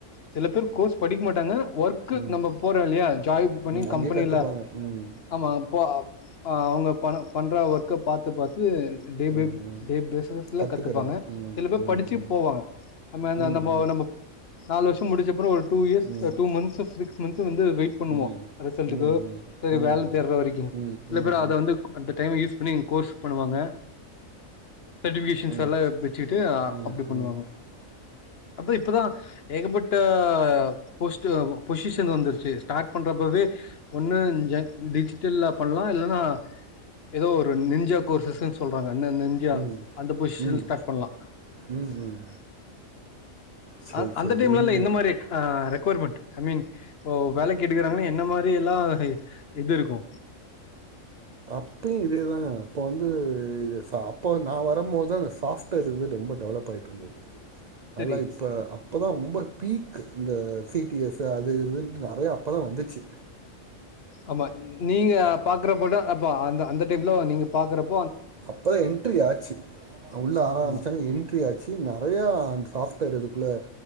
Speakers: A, on the left; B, on the right.
A: சில பேர் கோர்ஸ் படிக்க மாட்டாங்க ஒர்க்
B: ம்
A: நம்ம போறோ இல்லையா ஜாய் பண்ணி
B: ம் அங்கயே
A: கம்பெனில
B: கத்துப்பாங்க ம்
A: ஆமா போ ஆ அவங்க பண பண்ற ஒர்க்க பாத் த் பாத்து டே ப
B: ம் ம்
A: டே பேஸ்நஸ்ல
B: கத்துக்கறது
A: கத்துப்பாங்க
B: ம்
A: சில பேர்
B: ம்
A: படிச்சி
B: ம்
A: போவாங்க நம்ம
B: ம் ம்
A: நம்மோ நம் நாலு வருஷ் ப் முடிச்சப்புறோ ஒரு டூ இயர்ஸ்
B: ம் ம்
A: டூ மந்த்ஸ் மந்த் வந்து வெயிட் பண்ணுவோ
B: ம் ம்
A: ரிசல்ட்க்கு
B: ம் ம் ம்
A: வேல தேடுற வரைக்கு
B: ம் ம் ம் ம் ம் ம் ம் ம் ம்
A: சில
B: ம்
A: பேர் அத வந்து அந்த டைம் யூஸ் ப்பனிங் கோர்ஸ் பண்ணுவாங்க சட்டிபிகேஷன்ஷ்ல்லா
B: ம்
A: வச்சிட்டு
B: ம்
A: அப்பிடி பண்ணுவாங்க அப்ப இப்பதா ஏகப்பட்ட ஆ போஸ்ட்டு பொசிஷன் வந்திருச்சி டாட்ப் பண்றப்பவே ஒன்னு ஜே டிஜிட்டல்லாப் பண்ணலா இல்லன்னா ஏதோ ஒரு நிஞ்சாக் ஷ்னு சொல்றாங் வன்ன நெஞ்சா
B: ம் ம்
A: அந்த பொசிஷன்
B: ம் ம்
A: ஸ்டார்ட் பண்ணலா
B: ம் ம் சரி
A: அ
B: சரி
A: அந்த டைம்லல்ல
B: இது
A: எந்த மாரி ரெக்வர்மெண்ட் ஐ மீன் இப்போ வேலை கெட்டுக்கறாங்கன்னா என்ன மாரி எல்லா இது இருக்கு
B: அப்பியு இதேதாங்க அப்ப வந்து இது சா அப்போ நா வரும்போதுதா இந்தந்த சாஃப்ட்வேர் இது ரொம்ப டெவலப் ஆயிட்டு இருந் நல்லா
A: சரி
B: இப்ப அப்பதா ரொம்ப பீக் க் இங்க சிடிஎஸ் அது இது நெறைய அப்போதா வந்திச்சி
A: ஆமா நீங்க பாக்குற போல அப் ப்ப அந்த அந்த டைம்ல நீங்க பாக்குறப்
B: அப்பதா என்ட்ரி ஆச்சி உள்ள ஆரம்பிச்சங்க
A: ஆமா
B: என்ட்ரி ஆச்சி நெறையா ஸ்டாஃப் க்கரதுகுள்ள